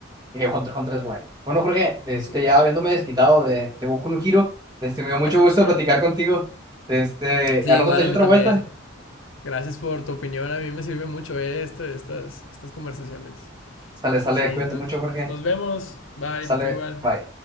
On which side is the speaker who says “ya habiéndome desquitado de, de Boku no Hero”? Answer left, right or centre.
Right